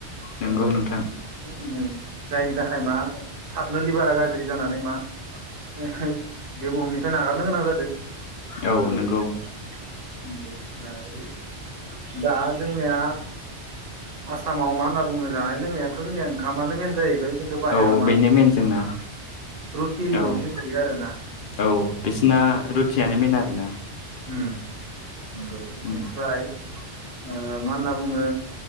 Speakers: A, on the left; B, on the right.
A: नंगौ
B: ब्रेकफास्ट
A: नोंथां
B: ओम जायनि थाखाय मा थाबनो लिभारा गाज्रि जानानै मा <unintelligible> बे बुहुमनिफ्राय नागारनो गोनां जादो
A: औ
B: बेफोरबायदि।
A: नंगौ
B: <unintelligible> दा जोंनिया आसामाव मा होनना बुङो जानाय लोंनायाथ' जोंनिया ओंखामानो मेन जाहैबाय खिन्थु बाहेराव
A: औ
B: मा
A: बेनो मेन जोंना
B: रुटि
A: औ
B: बांसिन जायो आरो ना।
A: औ बिसना रुटियानो मेन आरोना।
B: ओम नंगौ बेनिफ्राय
A: उम
B: ओ मा होनना बुङो